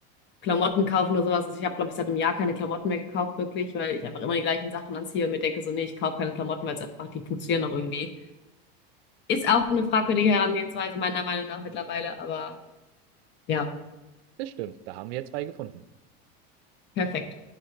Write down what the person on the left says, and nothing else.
Klamotten kaufen oder sowas. Also ich habe, glaube ich, seit einem Jahr keine Klamotten mehr gekauft, wirklich, weil ich einfach immer die gleichen Sachen anziehe und mir denke so, nee, ich kaufe keine Klamotten, weil es einfach, die funktionieren noch irgendwie. Ist auch eine fragwürdige Herangehensweise, meiner Meinung nach mittlerweile, aber ja,
perfekt.